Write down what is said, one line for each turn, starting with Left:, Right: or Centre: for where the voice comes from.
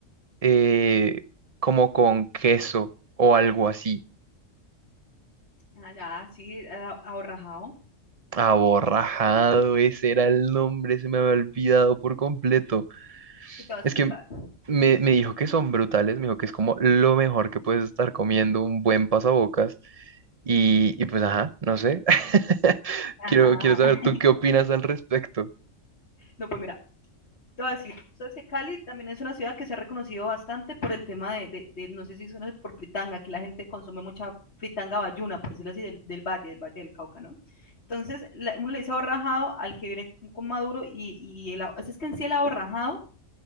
Right: eh, como con queso o algo así.
Left: Ah, ya, sí, a- ahorrajado.
Right: Aborrajado, ese era el nombre, se me había olvidado por completo.
Left: Es que te voy a explicar.
Right: Es que me, me dijo que son brutales, me dijo que es como lo mejor que puedes estar comiendo, un buen pasabocas. Y, y pues, ajá, no sé. <laughs>
Left: Ajá,
Right: Quiero, quiero saber
Left: ajá.
Right: tú qué opinas al respecto.
Left: No, pues mira, te voy a decir, sabes que Cali también es una ciudad que se ha reconocido bastante por el tema de, de, de no sé si suena por fritanga, que la gente consume mucha fritanga bayuna, por decirlo así, del, del valle, del valle del Cauca, ¿no? Entonces, la, uno le dice ahorrajado al que viene con maduro y, y el, pues es que en sí el ahorrajado